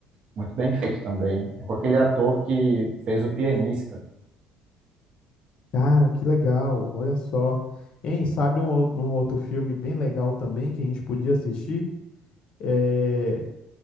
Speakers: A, on the right; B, on the left.
A: muito bem feito também. É com aquele ator que fez o pianista.
B: cara, que legal, olha só. Hein, sabe um, ou- um outro filme bem legal também que a gente podia assistir? É,